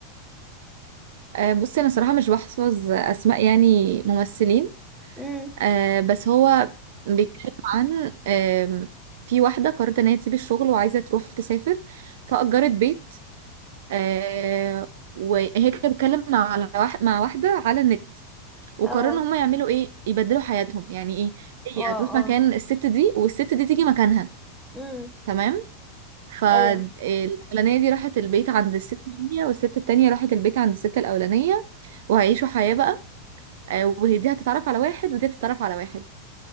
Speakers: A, on the right; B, in the centre.
A: آه بصي انا صراحة مش بحفظ اسماء يعني ممثلين
B: امم
A: آه بس هو بيتكلم عن آم، في واحدة قررت ان هي تسيب الشغل وعايزة تروح تسافر فأجرت بيت آه وهي كانت بتتكلم على واحد مع واحدة على النت وقرروا
B: اه
A: ان هم يعملوا ايه يبدلوا حياتهم يعني ايه هي
B: واو
A: هتروح مكان
B: اه
A: الست دي والست دي تيجي مكانها
B: امم
A: تمام فالأولانية
B: ايوه
A: دي راحت البيت عند الست التانية والست التانية راحت البيت عند الست الأولانية وهيعيشوا حياة بقى آه، وهي دي هتتعرف على واحد ودي هتتعرف على واحد